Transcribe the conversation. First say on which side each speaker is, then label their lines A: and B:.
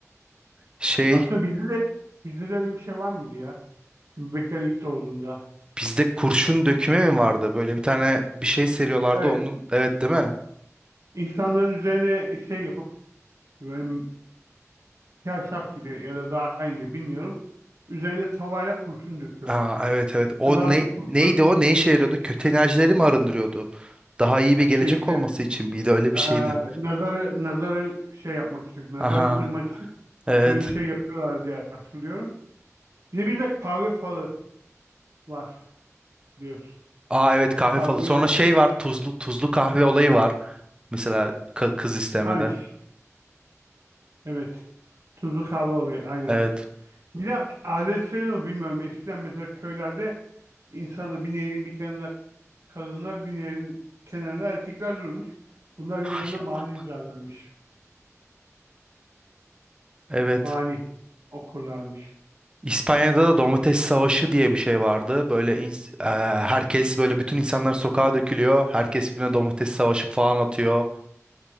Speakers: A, on the right (about 20°); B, on the right (about 75°).
A: şey
B: Aslında bizde de bizde de öyle bir şey var mıydı ya? Bebekler ilk doğduğunda.
A: bizde kurşun döküme mi vardı? Böyle bir tane bir şey seriyorlardı
B: Evet.
A: onun evet değil mi?
B: İnsanların üzerine şey yapıp böyle kaşaf gibi ya da daha ince bilmiyorum. Üzerine tavayla kurşun döküyorlar.
A: Aa, evet evet. O
B: Kızarmış
A: ne, neydi
B: böyle
A: o? Ne işe yarıyordu? Kötü enerjileri mi arındırıyordu? Daha iyi bir gelecek
B: şey işte
A: olması için miydi? Öyle bir
B: eee,
A: şeydi.
B: nazarı nazarı şey yapmak için, nazarı
A: Aha,
B: kırmak için
A: evet.
B: böyle bir şey yapıyorlar diye hatırlıyorum. Bir de bir de kahve falı var diyorsun.
A: Aa evet kahve
B: Kahve
A: falan. Sonra şey var tuzlu tuzlu kahve olayı var. Mesela ka- kız istemede.
B: ha ş- evet. Tuzlu kahve olayı aynen.
A: Evet.
B: Bir de adet sayılır mı bilmiyorum. Eskiden mesela köylerde insanlar bir nehrin bir kenarında Kadınlar bir nehrin kenarına erkekler durmuş. Bunlar
A: Ay,
B: birbirlerine mani
A: a-
B: düzerlermiş.
A: evet.
B: Mani okurlarmış.
A: İspanya'da da domates savaşı diye bir şey vardı. Böyle ins- eee, herkes böyle bütün insanlar sokağa dökülüyor. Herkes birbirine domates savaşı falan atıyor.